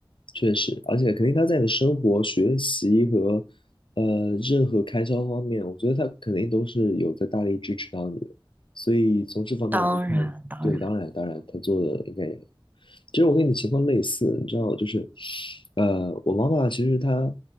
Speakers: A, on the left; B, on the right.
A: 确实，而且肯定他在你的生活、学习和呃任何开销方面，我觉得他肯定都是有在大力支持到你的。所以从这方面来看，
B: 当然，当然，
A: 对，当然当然，他做的应该也很好。其实我跟你的情况类似，你知道，就是呃，我妈妈其实她